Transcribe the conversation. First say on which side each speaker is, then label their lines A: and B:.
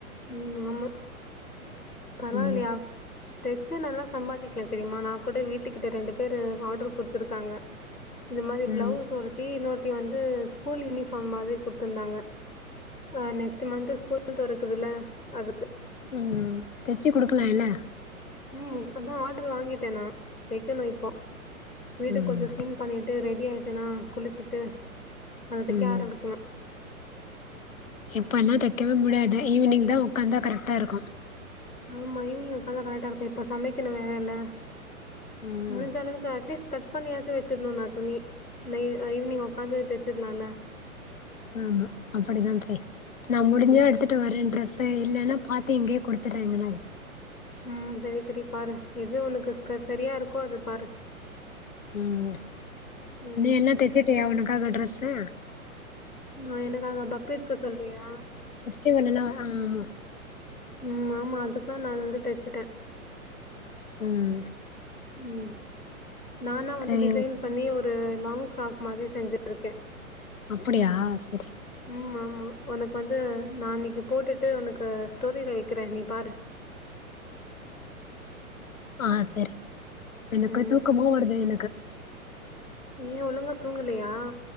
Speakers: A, on the left; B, on the left.
A: உம் ஆமா பரவாயில்லையா
B: ம்
A: தச்சா நல்லா சம்பாதிக்கலாம் தெரியுமா நான் கூட வீட்டுக்கிட்ட ரெண்டு பேரு ஆர்டர் குடுத்திருக்காங்க இது மாதிரி
B: ம்
A: ப்ளவுஸ் ஒருத்தி இன்னொரு த்தி வந்து ஸ்கூல் யூனிபார்ம் மாதிரி கொடுத்திருந்தாங்க அஹ் நெக்ஸ்ட் மந்த் ஸ்கூல் தொறக்குதுல அதுக்கு
B: உஹம் தச்சு குடுக்கலாம் இல்ல
A: உம் இப்பதான் ஆர்டர் வாங்கிட்டேன் நான் தைக்கணும் இப்போ வீடு
B: ம்
A: கொஞ்சம் கிளீன் பண்ணிட்டு ரெடி ஆயிட்டனா குளிச்சுட்டு அது தக்க
B: ம்
A: ஆரம்பிக்கலாம்
B: இப்பெல்லாம் தைக்கவே முடியாது ஈவினிங் தான் உட்காந்தா கரெக்ட்டா இருக்கும்
A: ஆமா ஈவிங் உட்காந்தான் கரெக்டா இருக்கும் இப்ப சமைக்கணும் வேற இல்ல
B: ம்
A: முடிஜ்ச அளவுக்கு அட்லிஸ் கட் பண்ணியாச்சி வச்சிருணும் நா துணி ஈவினிங் உட்காந்து தச்சிடலாம்ல <inaudible>
B: உம் அப்படிதான் நான் முடிஞ்சா
A: ம்.
B: எடுத்துட்டு வரேன்றார் இப்ப இல்லைன்னா பார்த்து இங்கேயே குடுத்துட்ரேகுரார்
A: உம் சரி சரி பாரு எது உனக்கு சரியா இருக்கோ அது பாரு
B: உம்
A: ம்.
B: நீ எல்லாம் தச்சுட்டியா உனக்காக ட்ரஸ் ஆஹ
A: நா எனக்காக பக்ரீத் சொல்றியா
B: ஃபெஸ்டிவல் எல்லா ஆமா
A: உம் ஆமா அதுக்கு நான் அத வந்து தச்சுட்டேன்
B: உஹம்
A: உம் நானா வந்து
B: சரி
A: டிசைன்
B: ஓ
A: பண்ணி ஒரு இந்த லாங் ப்ராக் மாதிரி செஞ்சுட்டு இருக்கேன்
B: அப்படியா சரி
A: ம் ஆமா உனக்கு வந்து நான் இன்னைக்கு போட்டுட்டு உனக்கு ஸ்டோரியில வைக்கிறேன் நீ பாரு
B: ஆஹ் சரி எனக்கு
A: ம்.
B: தூக்கமா வருது எனக்கு
A: ஏன் ஒழுங்க தூங்கலையா